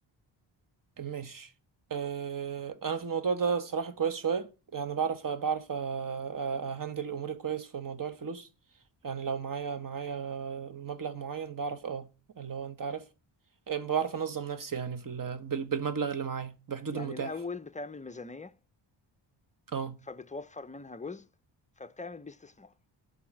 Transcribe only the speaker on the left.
يعني
الأول بتعمل ميزانية
فبتوفر منها جزء فبتعمل بيه استثمار